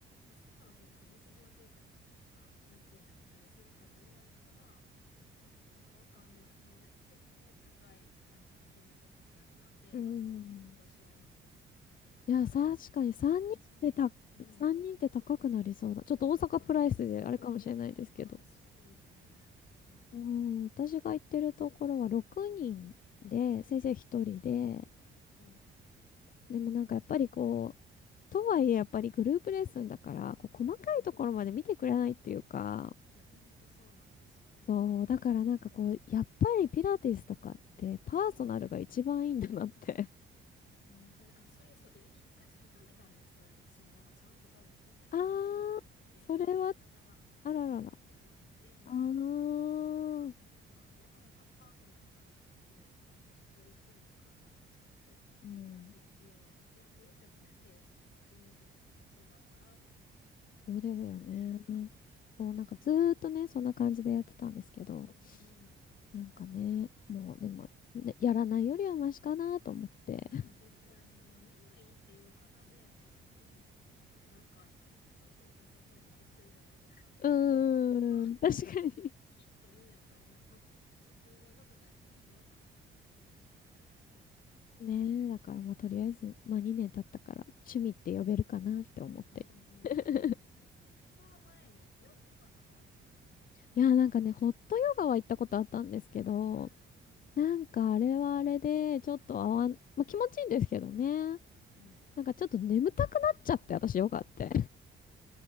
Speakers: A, on the left; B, on the left.
A: その後別に日常生活がなんか楽になったりするかと言われたら、もうずっとわかんない。ほんで結構高い感じの金額のとこやったんで、
B: うん
A: まあそう、結構少人数制の。
B: いや、確かに3人ってた、
A: これちょっと、うん。
B: 3人って高くなりそうだ。ちょっと大阪プライスであれかもしれないですけど。
A: あ、そう。あ、そうですね。そうそ
B: うん、私が行ってるところは6人で、
A: う。
B: 先生1人で、
A: うんうん。うん。
B: でもなんかやっぱりこう、とはいえやっぱりグループレッスンだから、こう細かいところまで見てくれないっていうか、
A: うん。いや、ほんとそうなんですよね。
B: そう、だからなんかこう、やっぱりピラティスとかってパーソナルが一番いいんだなって。
A: 本当に。あ、それそう。い一回ちょっと痛めたんです。それ私もなんかちゃんと多分見てもらえてなくって、
B: <laughs> あー、それは、
A: なんかやり方が多分悪くて、
B: あららら。
A: みたいなんで。
B: あー、
A: それもあって、やっぱなんかパーソナルがいいって聞きました。やっぱ一人一人の体やっぱちゃんと
B: うん、
A: 見て、やっぱ言ってもね、ペースとか筋肉量とか違うからっていうのは
B: そうですよね。
A: 聞いて、
B: そう、なんかずーっとね、そんな感じでやってたんですけど、
A: うん
B: なんかね、もうでも、ねやらないよりはマシかなと思って。
A: いやー、絶対に、いやみんないいって言うからね、マシンピラティス、本当になんか、行き着く先みんなそこ今行ってるじゃないですか、
B: <laughs>
A: 芸能人の人とか。
B: うーん、確かに
A: <laughs> きっといいんやと思います。た数年後とかにむっちゃ分かったりしてね、それやったらいいですよね。
B: ねえ、だからまあとりあえず、まあ2年経ったから趣味って呼べるかなって思って。
A: うんうん、
B: <laughs>
A: 呼べますよ。え、その前にヨ、ヨガとかはやってなかったんですか
B: いや、なんかね、ホットヨガは行ったことあったんですけど、
A: ああ
B: なんかあれはあれで、ちょっと合わん、まあ気持ちいいんですけどね。
A: ー、うん。
B: なんかちょっと眠たくなっちゃって、私ヨガって。